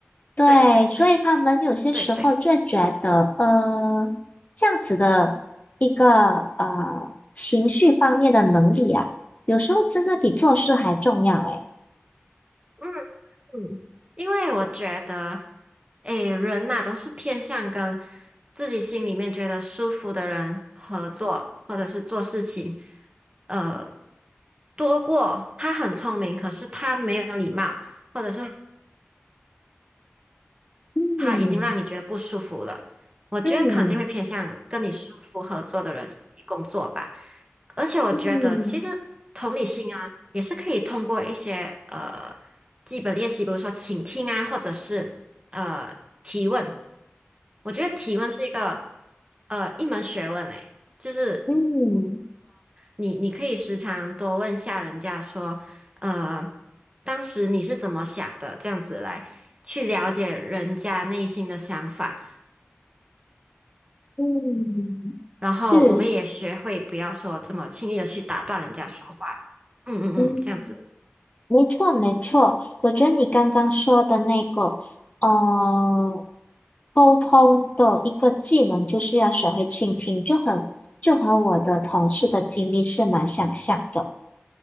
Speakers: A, on the left (about 35°); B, on the right (about 25°).
A: 对，
B: 对对对
A: 所以他们有些时候就觉得，
B: 对对，
A: 呃，这样子的一个呃情绪方面的能力啊，有时候真的比做事还重要诶。
B: 嗯嗯，因为我觉得，诶，人嘛都是偏向跟自己心里面觉得舒服的人合作，或者是做事情，呃，多过他很聪明，可是他没有礼貌。或者是
A: 嗯
B: 他已经让你觉得不舒服了，我觉得肯定会偏向跟你舒服合作的人一起工作吧。
A: 嗯
B: 而且我觉得，
A: 嗯
B: 其实同理心啊，也是可以通过一些呃基本练习，比如说倾听啊，或者是呃提问。我觉得提问是一个呃一门学问诶，就是。
A: 嗯
B: 你你可以时常多问下人家说，呃，当时你是怎么想的？这样子来去了解人家内心的想法，
A: 嗯，
B: 然后我们也学会不要说这么轻易的去打断人家说话。
A: 是
B: 嗯嗯嗯，
A: 嗯。
B: 这样子。
A: 没错，没错，我觉得你刚刚说的那个，呃，沟通的一个技能，就是要学会倾听，就很就和我的同事的经历是蛮相像的。